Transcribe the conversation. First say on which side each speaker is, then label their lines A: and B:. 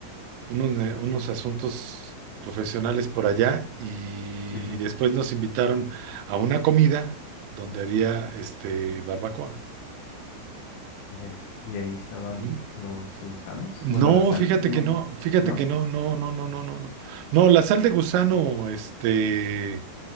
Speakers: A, on the right; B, on the left.
A: unos, ne- unos asuntos profesionales por allá y
B: sí, sí.
A: después nos invitaron a una comida donde había este barbacoa.
B: Allá. Y ahí estaban
A: Mm.
B: los gusanos.
A: No,
B: Bueno, la sal,
A: fíjate
B: no,
A: que no,
B: bueno,
A: fíjate
B: ¿no?
A: que no, no, no, no, no, no, no. No, la sal de gusano, este,